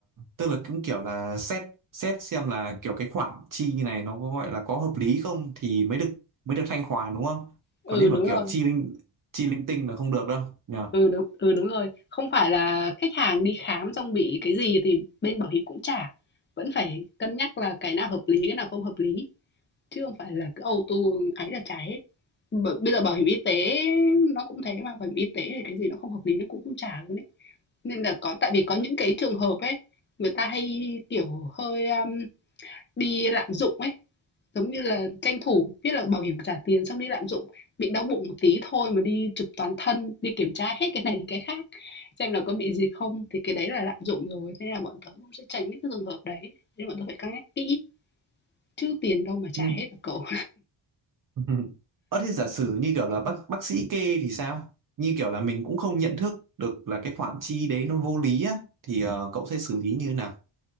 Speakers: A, on the right (about 45°); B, on the left (about 25°).
A: tức là cũng kiểu là xét xét xem là kiểu cái khoản chi này nó có gọi là có hợp lý không thì mới được mới được thanh khoản đúng không?
B: Ừ,
A: Còn nếu mà
B: đúng
A: kiểu
B: rồi.
A: chi linh chi linh tinh là không được đâu nhỉ.
B: Ừ, đúng ừ, đúng rồi. Không phải là khách hàng đi khám xong bị cái gì thì bên bảo hiểm cũng trả. Vẫn phải cân nhắc là cái nào hợp lý, cái nào không hợp lý, chứ không phải là cứ auto ấy là trả hết. B bây giờ bảo hiểm y tế nó cũng thế mà, bảo hiểm y tế thì cái gì nó không hợp lý nó cũng không trả luôn ấy. Nên là có tại vì có những cái trường hợp ấy, người ta hay, kiểu, hơi, a, bị lạm dụng ấy, giống như là tranh thủ biết là bảo hiểm trả tiền xong đi lạm dụng, bị đau bụng một tí thôi mà đi chụp toàn thân, đi kiểm tra hết cái này đến cái khác xem là có bị gì không, thì cái đấy là lạm dụng rồi. Thế nên là bọn tớ cũng sẽ tránh những cái trường hợp đấy, nên bọn tớ phải cân nhắc kỹ, chứ tiền đâu mà trả
A: Ừ.
B: hết hả cậu?
A: <laughs> Ờ thế giả sử như kiểu là bác bác sĩ kê thì sao? Như kiểu là mình cũng không nhận thức được là cái khoản chi đấy nó vô lý á thì ờ, cậu sẽ xử lý như thế nào?